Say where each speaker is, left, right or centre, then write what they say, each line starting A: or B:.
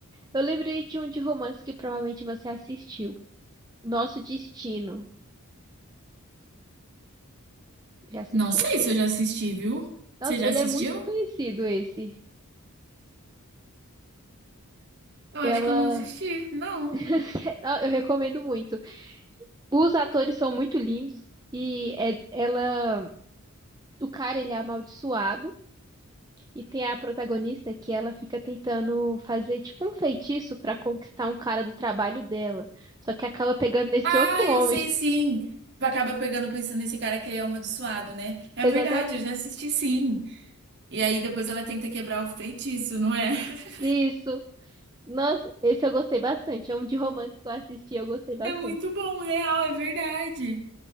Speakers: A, on the right; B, on the right.
A: Eu lembrei de um de romance que provavelmente você assistiu. Nosso Destino. Já assistiu?
B: Não sei se eu já assisti, viu?
A: Nossa,
B: Você já
A: ele
B: assistiu?
A: é muito conhecido esse.
B: Eu
A: Ela.
B: acho que eu não assisti. Não.
A: <laughs> Eu recomendo muito. Os atores são muito lindos e é- ela, o cara ele é amaldiçoado e tem a protagonista que ela fica tentando fazer tipo um feitiço pra conquistar um cara do trabalho dela, só que acaba pegando nesse
B: Ah,
A: outro
B: eu
A: homem.
B: sei sim.
A: <laughs>
B: Tu acaba pegando pensando nesse cara que ele é amaldiçoado, né? É
A: Exatamente.
B: verdade, eu já assisti sim. E aí depois ela tenta quebrar o feitiço, não é? <laughs>
A: Isso. Nossa, esse eu gostei bastante. É um de romance que eu assisti, eu gostei bastante.
B: É muito bom, real, é verdade.